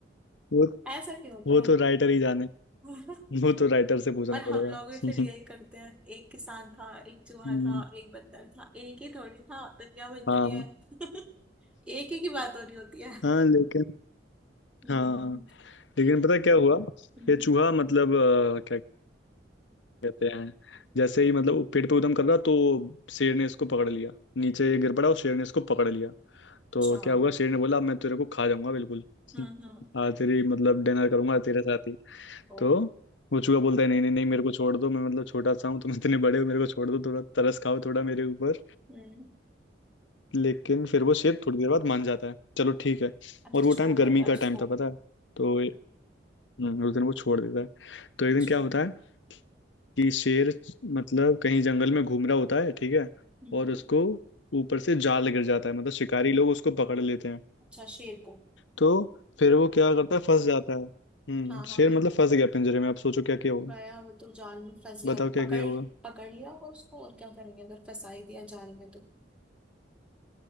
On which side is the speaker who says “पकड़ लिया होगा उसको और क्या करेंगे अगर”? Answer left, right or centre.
Centre